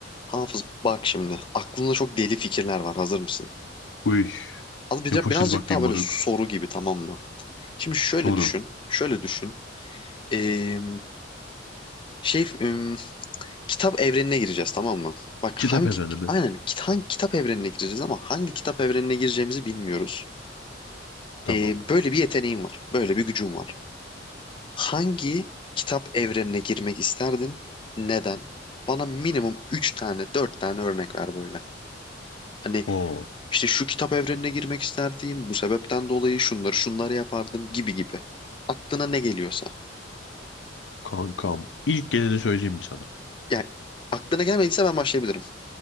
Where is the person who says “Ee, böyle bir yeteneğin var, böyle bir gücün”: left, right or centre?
Left